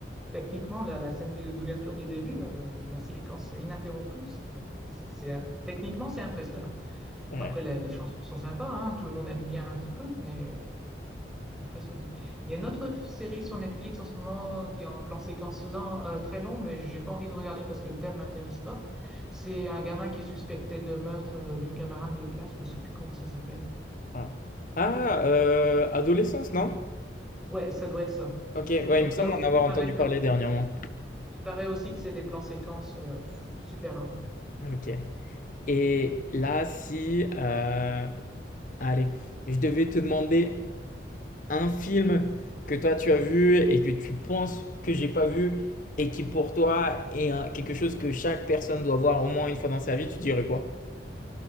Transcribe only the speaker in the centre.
techniquement, la, la scène du- d'ouverture du début, là, euh, la, séquence ininterrompue, c'est, c'est- c'est- techniquement, c'est impressionnant.
Après, les, les chansons sont sympas, hein, tout le monde aime bien un petit peu, mais Impressionnant. Il y a une autre f- série sur Netflix en ce moment qui est en plan séquence lent, euh, très long, mais j'ai pas envie de regarder parce que le thème m'intéresse pas. C'est un gamin qui est suspecté de meurtre euh, d'une camarade de classe, je ne sais plus comment ça s'appelle.
Ouais, ça doit être ça.
Donc
là aussi,
il paraît
que,
il paraît aussi que c'est des plans séquences euh, pff, super longs.